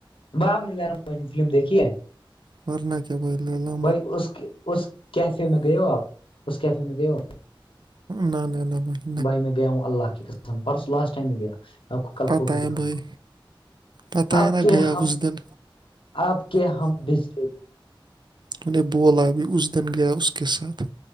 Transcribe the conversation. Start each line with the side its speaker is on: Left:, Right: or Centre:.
Left: ب آپ نے لرامج میں فلم دیکھی ہے
Right: ورن کیا بل اللہ
Left: بھائی اس اس کیفے میں گئے ہو آپ اس کیفے میں گئے ہو
Right: نہ نہ نہ ب
Left: بھائی میں گیا ہوں اللہ کی قسم پرس لاسٹائم میں گیا میں آپ کو کل
Right: پتہ
Left: فوٹو
Right: ہے
Left: دکھاؤں
Right: بھائی،
Left: گا
Right: پتہ
Left: آب
Right: ہے نا،
Left: کے
Right: گیا
Left: ہم
Right: اس دن
Left: آپ کے ہم بھیج
Right: انہیں بولا ابھی اس دن گیا اس کے ساتھ